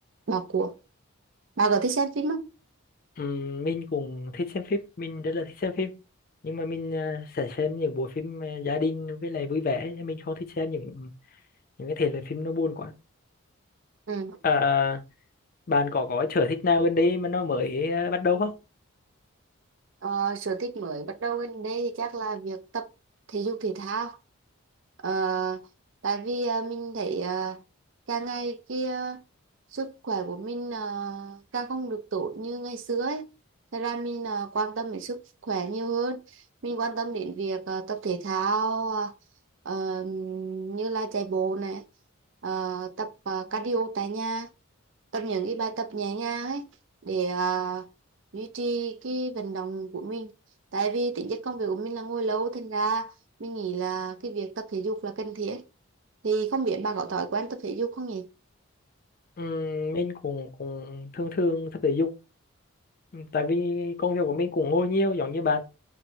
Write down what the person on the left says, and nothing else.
ừ, mình cũng thích xem phim mình rất là thích xem phim nhưng mà mình ờ, sẽ xem những bộ phim ờ, gia đình với lại vui vẻ nhưng mình không thích xem những những cái thể loại phim nó buồn quá
Ờ, bạn có có sở thích nào gần đây mà nó mới ờ, bắt đầu không
ừ, mình cũng cũng thường thường tập thể dục Ừ, tại vì công việc của mình cũng ngồi nhiều giống như bạn